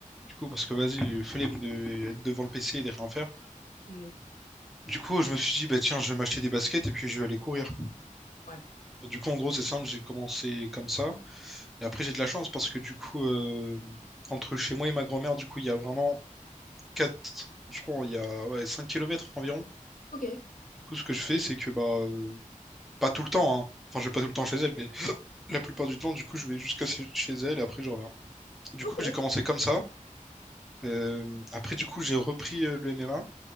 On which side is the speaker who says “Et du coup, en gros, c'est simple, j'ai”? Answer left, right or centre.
Centre